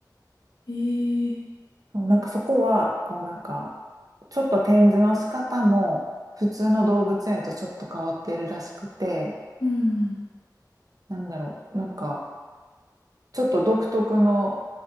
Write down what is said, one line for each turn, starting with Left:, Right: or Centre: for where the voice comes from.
Left: えー、
Right: そうなんかそこは、こうなんか、ちょっと展示の仕方も普通の動物園とちょっと変わってるらしくて、
Left: うん。
Right: なんだろう、なんか、ちょっと独特の、